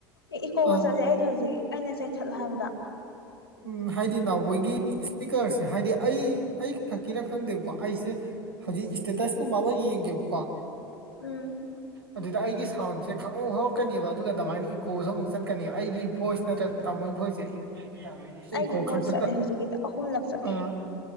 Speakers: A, on the left; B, on the right.
A: ꯑꯦ ꯏꯀꯣꯒ
B: ꯑ
A: ꯆꯠꯂꯦ ꯑꯩꯗꯣ ꯍꯧꯖꯤꯛ ꯑꯩꯅ ꯆꯩꯊꯠꯂ ꯍꯥꯏꯕꯗ
B: ꯎꯝ ꯍꯥꯏꯗꯤ ꯅꯥꯎꯕꯣꯏꯒꯤ ꯁ꯭ꯄꯤꯀꯔꯁꯦ ꯍꯥꯏꯗꯤ ꯑꯩ ꯑꯩ ꯈꯛꯀꯤꯔꯥ ꯈꯪꯗꯦꯕꯀꯣ ꯑꯩꯁꯦ ꯍꯧꯖꯤꯛ ꯏꯁꯇꯦꯇꯁ ꯀꯨꯝꯕ ꯑꯃ ꯌꯦꯡꯒꯦꯕꯀꯣ
A: ꯎꯝ
B: ꯑꯗꯨꯗ ꯑꯩꯒꯤ ꯁꯥꯎꯟꯁꯦ ꯈꯪꯍꯧ ꯍꯧꯔꯛꯀꯅꯦꯕ ꯑꯗꯨꯒ ꯑꯗꯨꯃꯥꯏꯅ ꯏꯀꯣꯁꯨ ꯑꯃꯨꯛ ꯆꯠꯀꯅꯦꯕ ꯑꯩꯒꯤ ꯚꯣꯏꯁ ꯅꯠꯇ꯭ꯔꯒ ꯇꯥꯃꯣꯒꯤ ꯚꯣꯏꯁꯁꯦ ꯑꯩ ꯁꯤ
A: ꯑꯩꯒꯤ
B: ꯏꯀꯣ
A: ꯚꯣꯏꯁ
B: ꯈꯪꯆꯠꯇ
A: ꯆꯠꯂꯦ ꯍꯧꯖꯤꯛꯀꯤꯗꯣ ꯑꯍꯨꯝꯂꯛ ꯆꯠꯂꯦ
B: ꯑꯥ